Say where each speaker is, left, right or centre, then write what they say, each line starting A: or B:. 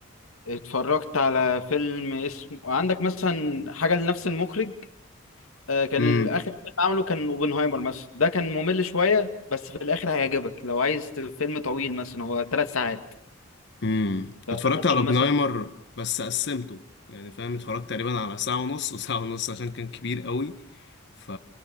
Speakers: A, on the left; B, on the left.
A: اتفرجت على فيلم اسمه عندك مثلا حاجه لنفس المخرج آه، كان
B: امم
A: اخر فيلم عمله كان اوبنهايمر مثلا ده كان ممل شويه بس في الاخر هيعجبك لو عايز ت- فيلم طويل مثلا هو ثلاث ساعات
B: امم
A: فده
B: اتفرجت
A: ممكن
B: على اوبنهايمر
A: مثلا
B: بس قسمته يعني فاهم اتفرجت تقريبا على ساعه ونص وساعه ونص عشان كان كبير قوي ف